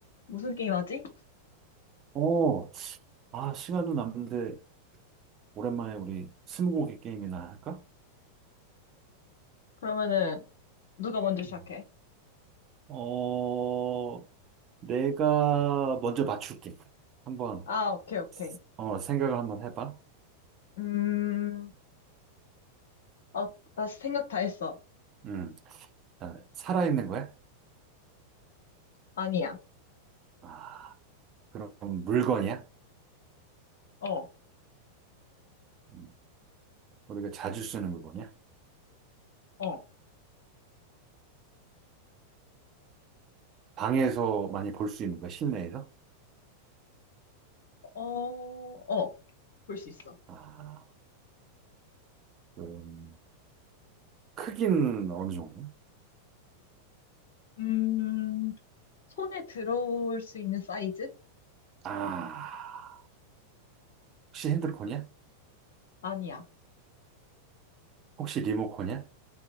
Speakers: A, on the left; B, on the right.
A: 무슨 게임 하지?
B: 어, 아, 시간도 남는데, 오랜만에 우리 스무고개 게임이나 할까?
A: 그러면은 누가 먼저 시작해?
B: 음. 어, 내가 먼저 맞출게. 한번,
A: 아, 오케이, 오케이.
B: 어, 생각을 한번 해봐.
A: 음, 어, 나 생각 다 했어.
B: 음, 자, 살아있는 거야?
A: 아니야.
B: 아, 그럼 물건이야?
A: 어,
B: 음, 우리가 자주 쓰는 물건이야?
A: 어,
B: 방에서 많이 볼 수 있는 거야, 실내에서?
A: 어, 어, 볼 수 있어.
B: 아, 그럼, 크기는 어느 정도야?
A: 음, 손에 들어올 수 있는 사이즈?
B: 아, 혹시 핸드폰이야?
A: 아니야.
B: 혹시 리모컨이야?